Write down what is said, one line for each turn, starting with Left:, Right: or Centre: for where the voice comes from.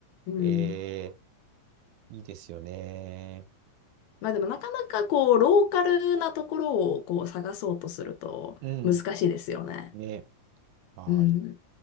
Left: うん。
Right: えーいいですよね。
Left: まあでもなかなかこう、ローカルなところをこう探そうとすると難しいですよね。
Right: うん。ね。はい。
Left: うん。